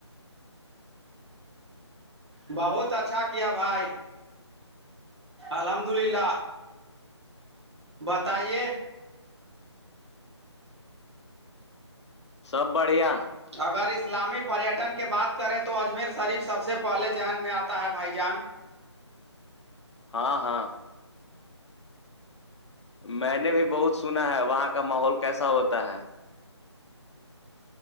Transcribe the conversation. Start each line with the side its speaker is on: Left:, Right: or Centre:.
Right: بہت اچھا کیا بھائی الحمد للہ بتائیے
Left: سب بڑھیا
Right: اگر اسلامی پریٹن کی بات کریں تو اجمیر شریف سب سے پہلے ذہن میں آتا ہے بھائی جان
Left: ہاں ہاں میں نے بھی بہت سنا ہے وہاں کا ماحول کیسا ہوتا ہے